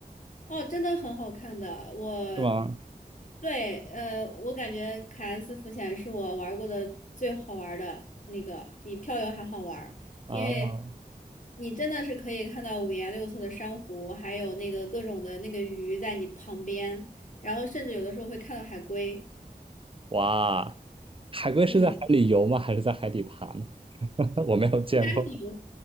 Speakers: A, on the left; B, on the right.
A: 哦，真的很好看的。我
B: 是吗？
A: 对，呃，我感觉凯恩斯浮潜是我玩过的最好玩的那个，比漂流还好玩，
B: 啊，
A: 因为你真的是可以看到五颜六色的珊瑚，还有那个各种的那个鱼在你旁边，然后甚至有的时候会看到海龟。
B: 哇，海龟是在海里游吗？
A: 嗯，
B: 还是在海底爬呢？<laughs> 我没有见过。
A: 应该是游，